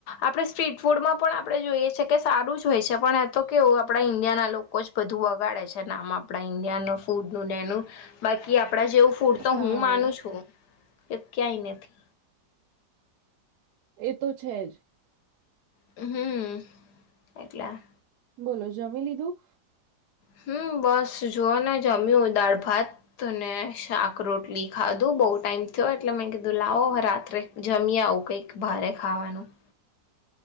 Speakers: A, on the left; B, on the right.
A: આપણે સ્ટ્રીટફૂડમાં પણ આપણે જોઈએ છે કે સારું જ હોય છે. પણ એ તો કેવું આપણા ઈન્ડિયાના લોકો જ બધું બગાડે છે નામ આપણા ઈન્ડિયાનું ફૂડનું ને એનું. બાકી આપણા જેવું ફૂડ તો
B: હા
A: હું માનું છું કે ક્યાંય નથી.
B: એ તો છે જ.
A: હમ્મ એટલે
B: બોલો જમી લીધું?
A: હમ્મ બસ જોઓ ને જમ્યું. દાળ ભાત તને શાક રોટલી ખાધું. બઉ ટાઈમ થ્યો એટલે મેં કીધું લાવો હ રાત્રે જમ્યાઉ કંઈક ભારે ખાવાનું